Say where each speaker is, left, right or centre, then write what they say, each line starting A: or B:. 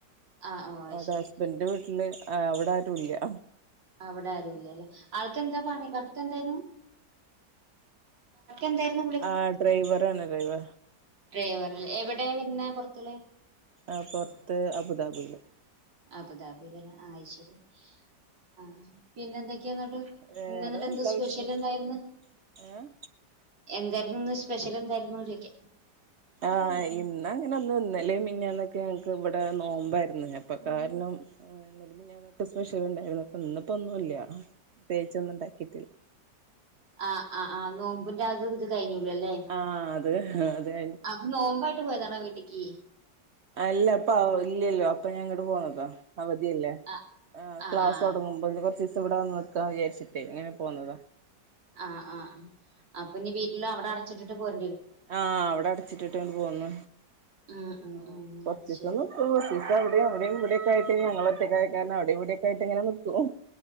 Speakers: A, on the right; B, on the right.
A: ആഹ് ഓ അത്
B: അവിടെ
A: ശരി
B: ഹസ്ബന്റിന്റെ വീട്ടില് അവിടെ ആരുല്ല.
A: അവിടെ ആരുല്ലല്ലേ? ആൾക്കെന്താ പണി വർക്കെന്തായിരുന്നു. എന്തായിരുന്നു
B: ആ ഡ്രൈവർന്നെ ഡ്രൈവർ
A: ഡ്രൈവറല്ലെ എവിടെയ വരുന്ന പൊർത്തല്.
B: ആ പൊറത്ത് അബുദാബിയില്
A: അബുദാബില്ലല്ലേ അയ് ശരി ആഹ പിന്നെ എന്തൊക്കെയാന്നിട്ട്
B: വേറെ
A: ഇന്നന്താ ന്നിട്ട്
B: നല്ല
A: എന്തോ സ്പെഷ്യൽ
B: വിശേഷം
A: ഉണ്ടായിന
B: ഏഹ്
A: എന്ത ന്ന് സ്പെഷ്യൽ എന്തായിരുന്നേ ചേയ്ക്കാ.
B: ആഹ് ഇന്ന് അങ്ങനെ ഒന്ന്ല്ല ഇന്ന മിനഞ്ഞാന്നൊക്കെ ഞങ്ങക്ക് ഇവിടെ നോമ്പായിരുന്നുപ്പൊ കാരണം നെലമിഞ്ഞാനൊക്കെ സ്പെഷ്യൽ ഉണ്ടായിരുന്നു. അപ്പോ ഇന്നപ്പോ ഒന്നുല്ല. ത്യച്ചൊന്നും ഉണ്ടാക്കിട്ടില്ല.
A: ആ് ആ ആ് നോമ്പിന്റെ അത് ഇത് കഴിഞ്ഞു. ലെല്ലേ
B: ആഹ് അത് അത് കഴിഞ്ഞ്
A: അപ്പൊ നോമ്പായിട്ട് പോയതാണോ വീട്ടക്ക്?
B: അല്ല അപ്പ അവ്ഇല്ലല്ലോ അപ്പൊ ഞാ ഇങ്ങോട്ട് പോന്നതാ. അവധിയല്ലേ
A: ആ
B: ആക്ലാസ്
A: ആ ആ
B: തുടങ്ങുമ്പോ ഇനി കുറച്ച് സ് ഇവിടെന്ന് നിക്കാ വിചാരിച്ചിട്ടേ ഇങ്ങനെ പോന്നതാ.
A: ആഹ് ആ ആ അപ്പൊ ഇനി വീട്ടില് അവിടെ അടച്ചിട്ടിട്ട് പോര
B: ആഹ അവിടെ അടച്ചിട്ടിട്ട്ന് പോന്നു.
A: ഉം ഉം
B: ആ
A: ഉം
B: കൊർച്ചിസം
A: അത് ശരി
B: നിക്കുംകൊർച്ചീസം അവിടെയും അവിടെയും ഇവിടെക്കയി ഞങ്ങൾ ഒറ്റകഴക്കാരണം അവിടെ ഇവിടെക്കെ ആയി്ട്ട്ഇങ്ങനെ നിൽക്കും.